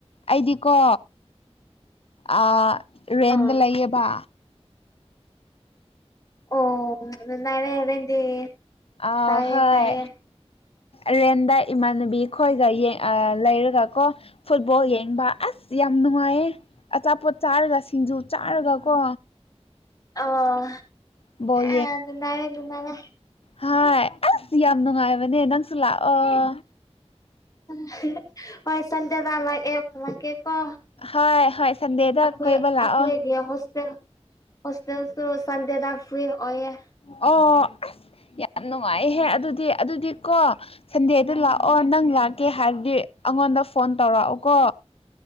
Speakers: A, on the left; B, on the left.
A: ꯑꯩꯗꯤꯀꯣ ꯑ ꯔꯦꯟꯗ
B: ꯑꯥ
A: ꯂꯩꯌꯦꯕ
B: ꯑꯣ <unintelligible> ꯍꯣꯔꯦꯟꯗꯤ
A: ꯑ
B: ꯇꯥꯏꯌꯦ
A: ꯍꯣꯏ
B: ꯇꯥꯏꯌꯦ
A: ꯔꯦꯟꯗ ꯏꯃꯥꯟꯅꯕꯤ ꯈꯣꯏꯒ ꯑ ꯂꯩꯔꯒꯀꯣ ꯐꯨꯠꯕꯣꯜ ꯌꯦꯡꯕ ꯑꯁ ꯌꯥꯝ ꯅꯨꯡꯉꯥꯏꯌꯦ ꯑꯆꯥꯄꯣꯠ ꯆꯥꯔꯒ ꯁꯤꯡꯖꯨ ꯆꯥꯔꯒ ꯀꯣ
B: ꯑꯣ
A: ꯕꯣꯜ
B: ꯑꯦ ꯅꯨꯡꯉꯥꯏꯔꯦ ꯅꯨꯡꯉꯥꯏꯔꯦ
A: ꯍꯥꯏ ꯑꯁ ꯌꯥꯝ ꯅꯨꯡꯉꯥꯏꯕꯅꯦ ꯅꯪꯁꯨ ꯂꯥꯛꯑꯣ
B: <unintelligible> ꯍꯣꯏ ꯁꯟꯗꯦꯗ ꯂꯥꯡꯑꯦ ꯂꯥꯛꯀꯦꯀꯣ
A: ꯍꯣꯏ ꯍꯣꯏ ꯁꯟꯗꯦꯗ
B: ꯑꯈꯣꯏ
A: ꯀꯣꯏꯕ ꯂꯥꯛꯑꯣ
B: ꯑꯈꯣꯏꯒꯤ ꯍꯣꯁꯇꯦꯜ ꯍꯁꯇ ꯁꯟꯗꯦꯗ ꯐ꯭ꯔꯤ ꯑꯣꯏꯌꯦ
A: ꯑ ꯌꯥꯝ ꯅꯨꯡꯉꯥꯏꯍꯦ ꯑꯗꯨꯗꯤ ꯑꯗꯨꯗꯤ ꯀꯣ ꯁꯟꯗꯦꯗ ꯂꯥꯛꯑꯣ ꯅꯪ ꯂꯥꯛ ꯀꯦ ꯍꯥꯏꯔꯗꯤ ꯑꯩꯉꯣꯟꯗ ꯐꯣꯟ ꯇꯧꯔꯛꯎꯀꯣ